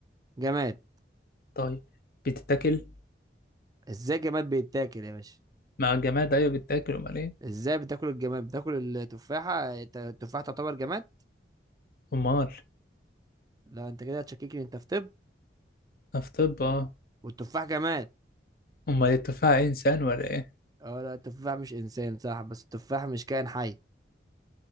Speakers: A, on the right; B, on the left.
A: جماد
B: طيب بتتاكل
A: ازاي جماد بيتاكل يا باشا
B: مع الجماد أيوة بتتاكل أمال إيه
A: ازاي بتاكل الجماد بتاكل التفاحة الت- التفاحة تعتبر جماد
B: أمال
A: لا انت كده هتشككني انت في طب
B: في طب أه
A: والتفاح جماد
B: أمال التفاحة إنسان ولا إيه
A: اه لا التفاح مش انسان صح بس التفاح مش كائن حي